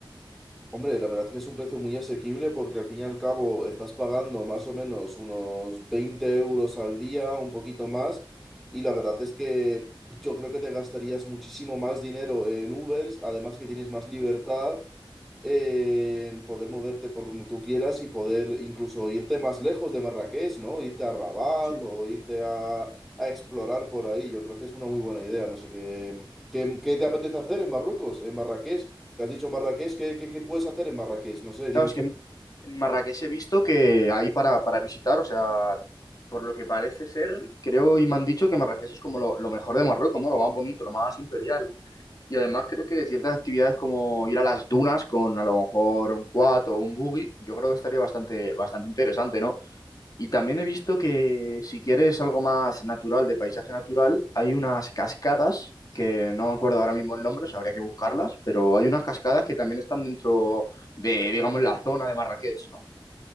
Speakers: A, in the centre; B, on the left (about 45°).
A: Hombre, la verdad es que es un precio muy asequible porque al fin y al cabo estás pagando más o menos unos 20 euros al día, un poquito más, y la verdad es que yo creo que te gastarías muchísimo más dinero en Ubers, además que tienes más libertad
B: Sí.
A: en poder moverte por donde tú quieras y poder incluso irte más lejos de Marrakech, ¿no? Irte a Rabat
B: Sí.
A: o irte a, a explorar por ahí. Yo creo que es una muy buena idea. No sé qué, qué, qué te apetece hacer en Marruecos, en Marrakech. ¿Te has dicho Marrakech? ¿Qué, qué, qué puedes hacer en Marrakech? No sé, dime
B: Claro, es
A: tú.
B: que en en Marrakech he visto que hay para, para visitar, o sea, por lo que parece ser, creo y me han dicho que Marrakech es como lo, lo mejor de Marruecos, ¿no? Lo más bonito, lo más imperial. Y además creo que ciertas actividades como ir a las dunas con a lo mejor un quad o un buggy, yo creo que estaría bastante, bastante interesante, ¿no? Y también he visto que si quieres algo más natural, de paisaje natural, hay unas cascadas, que no me acuerdo ahora mismo el nombre, o sea, habría que buscarlas, pero hay unas cascadas que también están dentro de, digamos, la zona de Marrakech, ¿no?